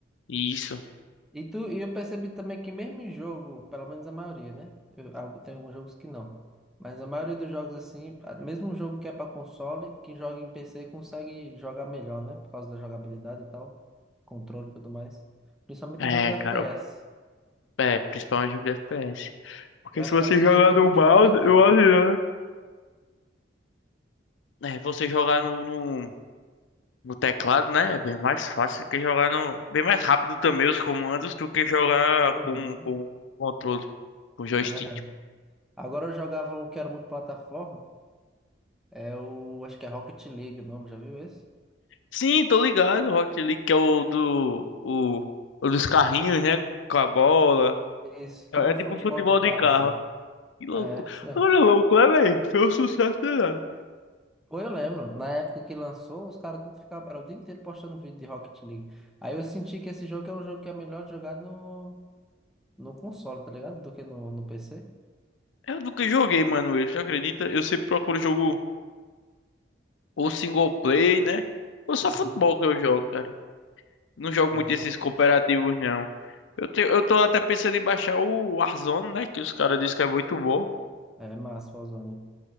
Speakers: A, on the left; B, in the centre.
A: E isso.
B: E, tu, e eu percebi também que mesmo em jogo, pelo menos a maioria, né? Eu, algu- tem alguns jogos que não. Mas a maioria dos jogos, assim, a- mesmo um jogo que é para console, quem joga em PC consegue jogar melhor, né? Por causa da jogabilidade e tal, controle e tudo mais. Principalmente
A: É,
B: em jogo de FPS.
A: cara, é, principalmente jogo de FPS. Porque
B: Eu acho
A: se você
B: que às vezes
A: jogar
B: jogo de futebol
A: no mouse,
B: nem tanto,
A: eu
B: né?
A: acho, né? É, você jogar no, no no teclado, né? É bem mais fácil do que jogar no. Bem mais rápido também os comandos do que jogar
B: Uhum,
A: com, com controle, com joystick.
B: na verdade. Agora eu jogava o que era muito plataforma, é o, acho que é Rocket League o nome, já viu esse?
A: Sim, tô ligado. o Rocket League, que é o do. O, o dos carrinhos, né? Com a bola.
B: Isso, tipo
A: É
B: um
A: tipo
B: futebol
A: futebol
B: de carro,
A: de carro.
B: assim.
A: Que louco.
B: É, isso mesmo.
A: Agora é louco, né, velho? Foi um sucesso danado.
B: Pô, eu lembro, na época que lançou, os caras tudo ficavam, era o dia inteiro postando vídeo de Rocket League. Aí eu senti que esse jogo é um jogo que é melhor de jogar no, no console, tá ligado? Do que no, no PC.
A: Eu nunca joguei, mano. Isso, acredita? Eu sempre procuro jogo ou single play, né? Ou só
B: Uhum.
A: futebol que eu jogo, cara. Não jogo
B: Joga
A: muito
B: mais
A: esses
B: fute.
A: cooperativos, não. Eu, te, eu tô até pensando em baixar o Warzone, né? Que os caras dizem que é muito bom.
B: É massa, Warzone.